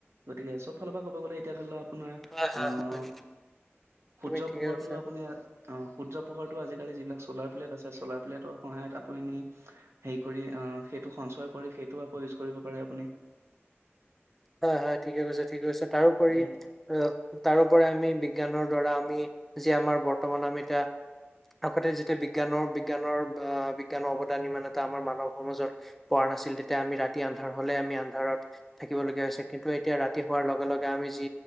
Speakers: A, on the right (about 70°); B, in the centre.
A: গতিকে চব ফালৰ পৰা ক'ব গ'লে এতিয়া ধৰি লও আপোনাৰ
B: হয় হয়
A: আহ,
B: হয়
A: সূৰ্য
B: তুমি ঠিকে
A: পোহৰটো
B: কৈছা
A: আপুনি অ' সূৰ্য পোহৰটো আজিকালি যিবিলাক চলাৰ প্লেট আছে চলাৰ প্লেটৰ সহায়ত আপুনি হেৰি কৰি অ' সেইটো সংসাৰ কৰি সেইটো আকৌ ইউচ কৰিব পাৰে আপুনি।
B: <inaudible> হয় হয় ঠিকে কৈছে ঠিকে কৈছে তাৰোপৰি
A: এই
B: আহ তাৰোপৰি আমি বিজ্ঞানৰ দ্বাৰা আমি যে আমাৰ বৰ্তমান আমি এতিয়া আগতে যেতিয়া বিজ্ঞানৰ বিজ্ঞানৰ আহ বিজ্ঞানৰ অৱদানি মানে এটা আমাৰ মানৱ সমাজত প নাছিল তেতিয়া আমি ৰাতি আন্ধাৰ হলে আমি আন্ধাৰত থাকি শিকিবলগীয়া হৈছে কিন্তু এতিয়া ৰাতি হোৱাৰ লগে লগে আমি যি